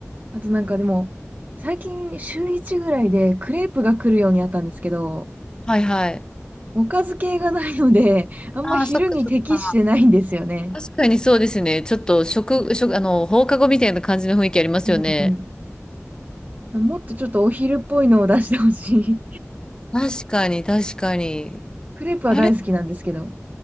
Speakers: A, on the right; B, on the left.
A: あとなんかでも、最近週1ぐらいでクレープが来るようになったんですけど、
B: はいはい。
A: おかず系がないので、あんま昼に適してないんですよね。
B: ああ、そっかそっか。確かにそうですね。ちょっと食、食、あの、放課後みたいな感じの雰囲気ありますよね。
A: うん、うん、うん。もっとちょっとお昼っぽいのを出してほしい。
B: 確かに、確かに。
A: <laughs> クレープは大好きなんですけど。
B: あれ、